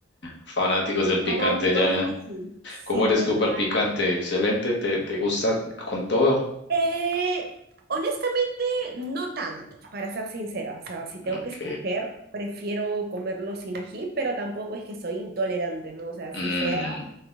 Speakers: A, on the left; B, on the right.
A: Fanáticos del picante
B: Fanáticos
A: ya.
B: del ají. Sí,
A: ¿Cómo eres
B: total.
A: tú para el picante? Excelente, ¿te, te gusta con todo?
B: Eh, honestamente, no tanto, para ser sincera. O sea, si tengo
A: Ok.
B: que escoger, prefiero comerlo sin ají, pero tampoco es que soy intolerante, ¿no? O sea, si
A: Mm,
B: sea